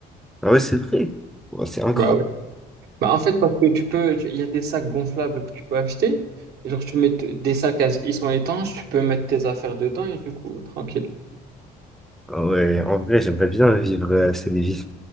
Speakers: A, in the centre; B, on the right (about 70°).
A: Ah ouais, c'est vrai. Ouais, c'est incroyable.
B: Bah oui. Bah, en fait, parce que tu peux, tu- il y a des sacs gonflables que tu peux acheter. Et genre, tu mets t- des sacs, à- ils sont étanches, tu peux mettre tes affaires dedans et du coup, tranquille.
A: Ah ouais, en vrai, j'aimerais bien vivre euh, cette vie.